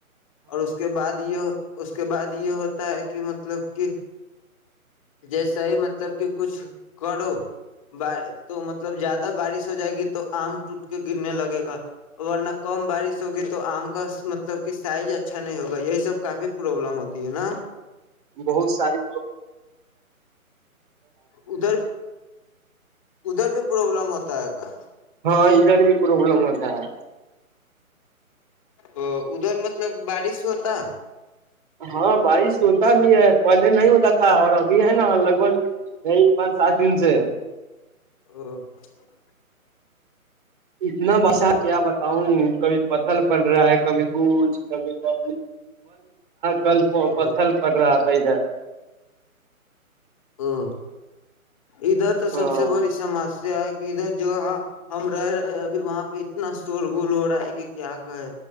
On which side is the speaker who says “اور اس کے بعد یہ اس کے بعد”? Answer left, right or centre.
Left